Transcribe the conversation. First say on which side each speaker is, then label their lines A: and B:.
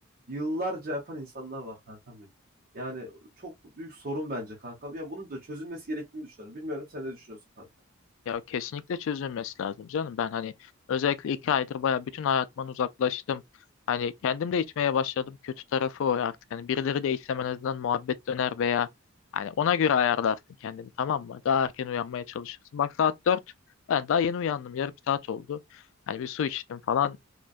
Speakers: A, on the right; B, on the left.
A: Yıllarca yapan insanlar var kankam benim. Yani çok büyük sorun bence kankam. Ya bunun da çözülmesi gerektiğini düşünüyorum. Bilmiyorum sen ne düşünüyorsun kanka?
B: Ya kesinlikle çözülmesi lazım canım. Ben hani özellikle iki aydır baya bütün hayatımdan uzaklaştım. Hani kendim de içmeye başladım. Kötü tarafı o artık. Hani birileri de içsem en azından muhabbet döner veya hani ona göre ayarlarsın kendini tamam mı? Daha erken uyanmaya çalışırsın. Bak saat dört. Ben daha yeni uyandım. Yarım saat oldu. Hani bir su içtim falan.